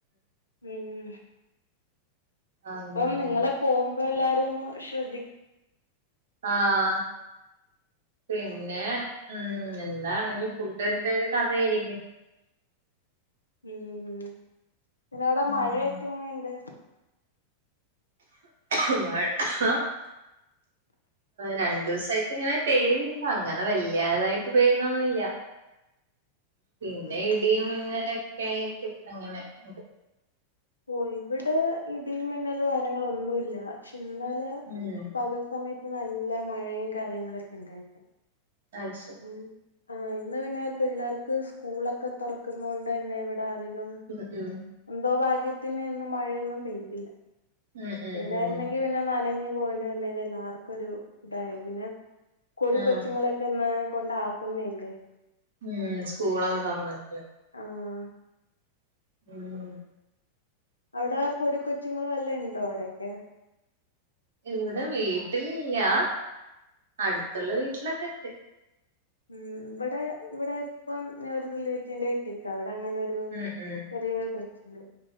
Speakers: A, on the left; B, on the right.
A: ഉം
B: അങ്ങനെ
A: പ്പം നിങ്ങളെ പോവുമ്പ എല്ലാരു ഒന്ന് ശ്രദ്ധി-
B: ആഹ് പിന്നെ ഉം താണെങ്കി ഫുഡിന്റെ ഒര് കഥയായിരിക്കും
A: ഉം പിന്നവിടെ
B: ഉം.
A: മഴയൊക്കെ എങ്ങനെയിണ്ട്
B: <inaudible> രണ്ടൂസായിട്ട് ഇങ്ങനെ പെയ്യുന്നുണ്ട് അങ്ങനെ വല്യാതായിട്ട് പെയ്യ്ണൊന്നുംല്യ പിന്നെ
A: ആണല്ലേ
B: ഇടിയും മിന്നലൊക്യായിട്ട് അങ്ങനെ ഉണ്ട്
A: ഓ ഇവിടെ ഇടിയും മിന്നല് കാര്യങ്ങളൊന്നുല്ല ക്ഷെ ഇന്നലെ
B: ഉം
A: പകൽ സമയത്ത് നല്ല മഴയും കാര്യങ്ങളൊക്കെണ്ടായിരുന്നു
B: അയ്ശരി
A: ഉം ആഹ് ഇന്ന് പിന്നെ പിള്ളേർക്ക് സ്കൂളൊക്കെ തൊറക്ക്ന്നോണ്ട് ന്ന് ഇവടെ അധികം
B: <unintelligible>
A: എന്തോ ഭാഗ്യത്തിന് ഇന്ന് മഴയൊന്നും പെയ്തില്ല.
B: ഉം ഉം
A: പെയ്തായിരുന്നെങ്കില്
B: ഉം
A: ന്നെ നനഞ്ഞ് പോകേണ്ടി വന്നേനെ എല്ലാർക്കൊരു ഇതായിനി. പിന്നെ കൊടുകൊച്ചുങ്ങളെ
B: ആഹ്
A: ക്കെന്ന് കൊണ്ടാക്കുന്നേല്ലേ.
B: ആഹ് സ്കൂളൊക്കെ തൊറന്ന്ട്ട്.
A: ആഹ്
B: ആഹ്
A: അവ്ടെ പൊടി കൊച്ചുങ്ങള് വല്ലെ ണ്ടോ അവ്‌ടെക്കെ?
B: ഇവ്ടെ വീട്ടിലില്ല്യാ. അട്ത്ത്ള്ള വീട്ടിലൊക്കെ ണ്ട്.
A: ഉം. വടെ ഇവടെ ഇപ്പം ഞാനൊരു റിലേറ്റീവിന്റെ വീട്ടിക്കാ. അവ്ടെ അങ്ങനെ രു
B: ഉം ഉം
A: ചെറിയകൊച്ചുണ്ട്.